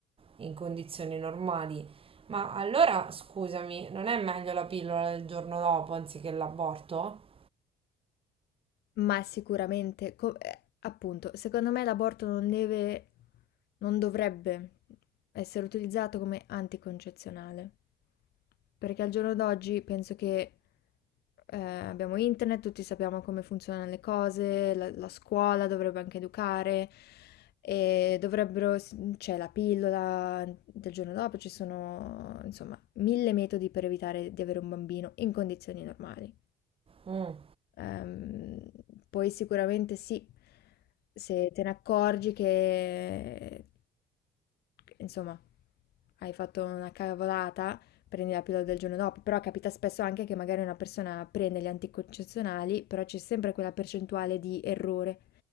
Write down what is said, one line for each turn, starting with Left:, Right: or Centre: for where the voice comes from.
Right: in condizioni normali. Ma allora, scusami, non è meglio la pillola del giorno dopo anziché l'aborto?
Left: Ma sicuramente, co- eh, appunto, secondo me l'aborto non deve, non dovrebbe essere utilizzato come anticoncezionale, perché al giorno d'oggi penso che eh, abbiamo internet, tutti sappiamo come funzionano le cose, la, la scuola dovrebbe anche educare e dovrebbero, c'è la pillola del giorno dopo, ci sono insomma mille metodi per evitare di avere un bambino in condizioni normali.
Right: Mm.
Left: Ehm, poi sicuramente sì, se te ne accorgi che, insomma, hai fatto una cavolata, prendi la pillola del giorno dopo, però capita spesso anche che magari una persona prende gli anticoncezionali, però c'è sempre quella percentuale di errore